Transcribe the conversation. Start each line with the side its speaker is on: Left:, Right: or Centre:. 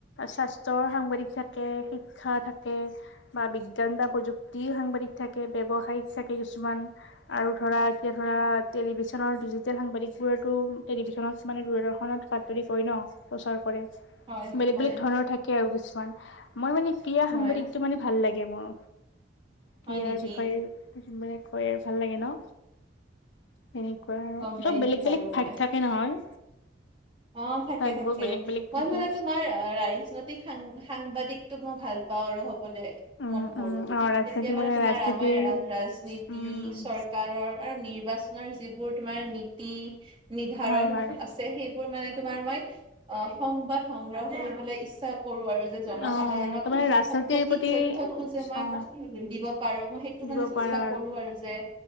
Left: স্বাস্থ্যৰ সাংবাদিক থাকে, শিক্ষা থাকে, বা বিজ্ঞান বা প্ৰযুক্তি সাংবাদিক থাকে, ব্যৱসায়িক থাকে কিছুমান। আৰু ধৰা এতিয়া ধৰা টেলিভিশ্যনৰ ডিজিটেল সাংবাদিক বোৰটো টেলিভিশ্যনত মানে বাতৰি কৰে ন' প্ৰচাৰ কৰে
Right: হয়
Left: বেলেগ-বেলেগ
Right: হয়
Left: ধৰণৰ থাকে। থাকে আৰু কিছুমান মই মানে ক্ৰীড়া
Right: হয়
Left: সাংবাদিকটো মানে ভাল লাগে মোৰ। ক্ৰীয়াৰ
Right: হয় নেকি
Left: বিষয়ে মানে কয় ভাল লাগে ন। সেনেকুৱা আৰু
Right: গম পাইছো
Left: চব বেলেগ-বেলেগ
Right: বাৰু মই
Left: ভাগ থাকে নহয়।
Right: অ, থাকে-থাকে
Left: ভাগবোৰ বেলেগ বেলেগ
Right: মই
Left: থাকে
Right: মানে তোমাৰ ৰাজনৈতিক সাংবাদিকটো মই ভাল আৰু হ'বলে
Left: উম
Right: মন কৰোঁ।
Left: উম অ ৰাজনীতি
Right: তেতিয়া মানে তোমাৰ
Left: ৰাজনীতিৰ
Right: ৰাময়ণ, ৰাজনীতি
Left: উম
Right: চৰকাৰৰ আৰু নিৰ্বাচন। আপোনাৰ যিবোৰ তোমাৰ নীতি নিৰ্ধাৰণ
Left: হয় হয়
Right: আছে। সেই বোৰ মানে তোমাৰ মই অ' সংবাদ সংগ্ৰহ কৰিবলৈ ইচ্ছা। কৰো আৰু যে জনসাধাৰণক
Left: অ তাৰমানে ৰাজনীতিৰ
Right: সঠিক
Left: প্ৰতি
Right: তথ্যতো যে মই
Left: অ
Right: দিব পাৰো মই।
Left: দিব
Right: চেষ্টা
Left: পাৰা
Right: কৰো আৰু যে